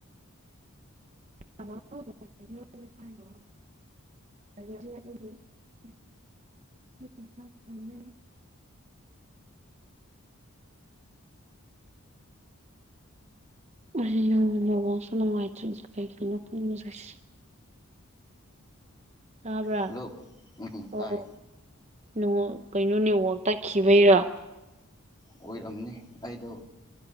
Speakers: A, on the right; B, on the left.
A: ꯑꯣ <unintelligible> <unintelligible> <inaudible> ꯃꯁꯤ ꯌꯧꯅ ꯅꯦꯠꯋꯥꯔꯛꯁꯨ ꯅꯨꯡꯉꯥꯏꯇ꯭ꯔꯤꯁꯦ ꯀꯩꯒꯤꯅꯣ ꯈꯪꯅꯁꯦ <unintelligible> ꯇꯥꯕ꯭ꯔꯥ
B: ꯍꯜꯂꯣ ꯎꯝ
A: ꯑꯣ
B: ꯇꯥꯏ
A: ꯅꯋꯥ ꯀꯩꯅꯣ ꯅꯦꯠꯋꯥꯔꯛ ꯇꯠꯈꯤꯕꯩꯔꯥ
B: ꯑꯣꯏꯔꯝꯅꯤ ꯑꯩꯗꯣ